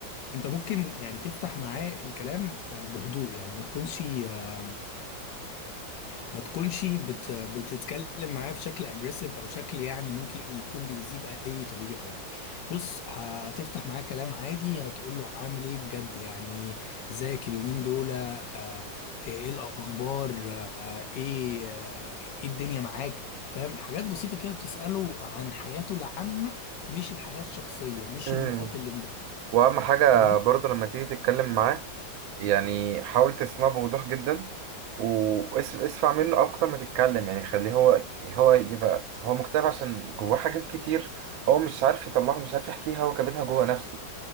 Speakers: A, on the left (about 70°); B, on the right (about 80°).
A: انت ممكن يعني تفتح معاه الكلام آه، بهدوء يعني ما تكونش آه، ما تكونش بت... بتتكلم معاه بشكل اجريسيف او شكل يعني ممكن يكون بيأذيه باي طريقه يعني بص هتفتح معاه كلام عادي هتقول له عامل ايه بجد يعني ازيك اليومين دول آه، ايه الاخبار آه، ايه آه، ايه الدنيا معاك فاهم حاجات بسيطه كده بتسأله عن حياته العامه مش الحياه الشخصيه مش
B: امم
A: النقط اللي مضايقاه
B: واهم حاجه
A: تمام
B: برضه لما تيجي تتكلم معاه يعني حاول تسمعه بوضوح جدا واسمع منه اكتر ما تتكلم يعني خليه هو هو يبقى هو مكتئب عشان جواه حاجات كتير هو مش عارف يطلعها مش عارف يحكيها هو كابتها جوه نفسه